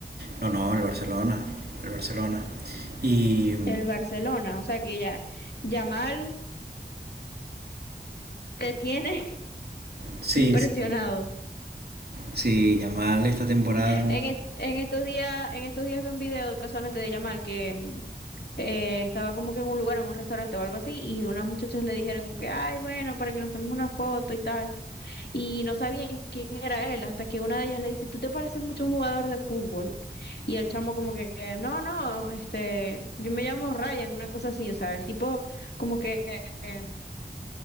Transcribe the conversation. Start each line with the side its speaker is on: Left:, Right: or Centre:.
Right: No, no, el Barcelona, el Barcelona. Y mm,
Left: El Barcelona, o sea que ya, Yamal te tiene <laughs>
Right: sí,
Left: impresionado.
Right: sí, sí, Yamal esta temporada
Left: En, est- en estos días, en estos días vi un video casualmente de Yamal que mm, eh, estaba como que en un lugar, en un restaurante o algo así, y unas muchachas le dijeron como que, ay, bueno, para que nos tomemos una foto y tal. Y no sabían quién era él, hasta que una de ellas le dice, tú te pareces mucho a un jugador de fútbol. Y el chamo como que, no, no, este, yo me llamo Ryan, una cosa así, o sea, el tipo como que... eh,